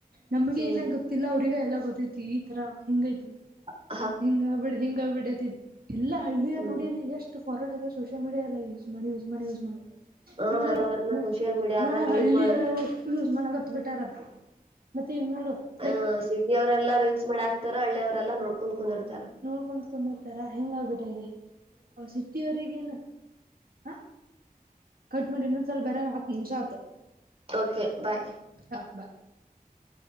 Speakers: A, on the right; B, on the right.
A: ನಮ್ಗೆ
B: ಹ್ಮ್
A: ಏನ ಗೊತ್ತಿಲ್ಲ ಅವ್ರಿಗೆಗ ಎಲ್ಲ ಗೊತ್ತೈತಿ ಈ ತರ ಹಿಂಗೈತಿ
B: ಹ
A: ಹಿಂಗ ಆಗ್ಬಿಡ ಹಿಂಗ ಆಗ್ಬಿಡತಿ ಎಲ್ಲಾ ಹಳ್ಳಿಯ
B: ಹ್ಮ್
A: ನೋಡಿ ಎಷ್ಟು ಹೊರಗಡೆ ಹೋದಾಗ ಸೋಷಲ್ ಮೀಡಿಯಾ ಎಲ್ಲ ಯೂಸ್ ಮಾಡಿ ಯೂಸ್ ಮಾಡಿ ಯೂಸ್ ಮಾಡಿ
B: ಹ
A: ನೀವ್
B: ಹಣವರ್ನ
A: ನೋಡ
B: ಸೋಷಿಯಲ್ ಮೀಡಿಯಾದಾಗ
A: ಹ ಹಳ್ಳಿಯ
B: ಯೂಸ್ ಮಾಡದ
A: ಅವರ ಯೂಸ್ ಮಾಡಕತ್ ಬಿಟ್ಟಾರ ಮತ್ತೆ ಈಗ ನೋಡು
B: ಹ
A: ಲೈಕ್
B: ಸಿಟಿ ಅವರೆೆಲ್ಲ ರೀಲ್ಸ್ ಮಾಡಿ ಬಿಡಾಕ್ತಾರ ಹಳ್ಳಿ ಅವರೆಲ್ಲ ನೋಡ್ಕೊಂಡ್ ಕುಂದಿರ್ತಾರೆ
A: ನೋಡ್ಕೊಂದ ಕುಂದರ್ತಾರ ಹೆಂಗ ಆಗ್ಬಿಟ್ಟದೆ ಅವ ಸಿಟ್ಟಿವರಿಗೇನ ಹ ಕಟ್ಟ ಮಾಡಿ ಇನ್ನೊಂದ್ಸಲ ಬೇರೆ ಹತ್ ನಿಮಿಷ ಆಯಿತು
B: ಓಕೆ ಬಾಯ್
A: ಹ ಬಾಯ್